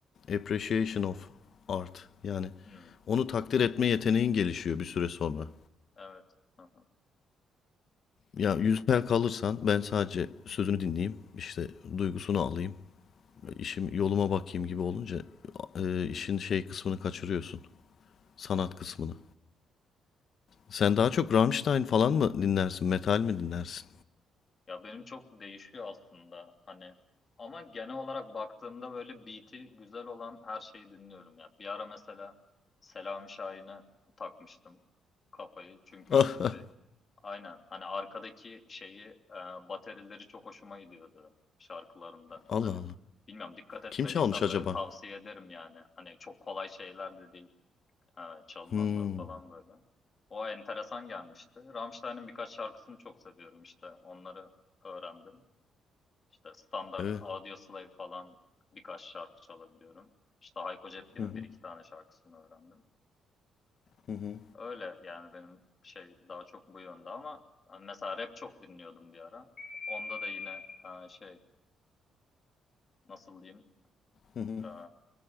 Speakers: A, on the left (about 60°); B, on the left (about 40°).
A: Appreciation of art. Yani
B: Hmm,
A: onu takdir etme yeteneğin gelişiyor bir süre sonra.
B: evet. Aha,
A: Ya yüzler kalırsan ben sadece sözünü dinleyeyim, işte duygusunu alayım,
B: hı hı.
A: işim yoluma bakayım gibi olunca e, işin şey kısmını kaçırıyorsun. Sanat kısmını. Sen daha çok Rammstein falan mı dinlersin, metal mi dinlersin?
B: Ya benim çok değişiyor aslında. Hani ama genel olarak baktığımda böyle beat'i güzel olan her şeyi dinliyorum ya. Bir ara mesela Selami Şahin'e takmıştım kafayı. Çünkü
A: <laughs> Allah
B: şey, Aynen. Hani arkadaki şeyi, e, baterileri çok hoşuma gidiyordu şarkılarında.
A: Allah.
B: Hani bilmiyorum dikkat etmediysen
A: Kim çalmış acaba?
B: böyle tavsiye ederim yani. Hani çok kolay şeyler de değil e, çalınanlar
A: Hmm,
B: falan böyle. O enteresan gelmişti. Rammstein'in birkaç şarkısını çok seviyorum işte. Onları öğrendim. İşte standart
A: evet.
B: Audioslave falan birkaç şarkı çalabiliyorum. İşte Hayko Cepkin'in
A: Hı hı,
B: bir iki tane şarkısını öğrendim.
A: hı hı.
B: Öyle yani benim şey daha çok bu yönde ama hani mesela rap çok dinliyordum bir ara. Onda da yine e, şey nasıl diyeyim
A: Hı hı.
B: e,